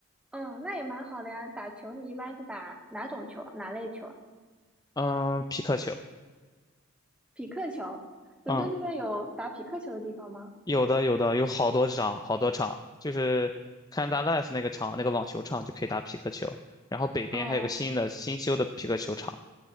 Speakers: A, in the centre; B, on the left.
A: 嗯，那也蛮好的呀。打球你一般是打哪种球？哪类球啊？
B: 嗯，匹克球，
A: 匹克球。伦敦那边有打匹克球的地方吗？
B: 嗯，有的有的，有好多场好多场，就是看大 Life 那个场，那个网球场就可以打匹克球，然后北边还有个新的新修的匹克球场
A: 哦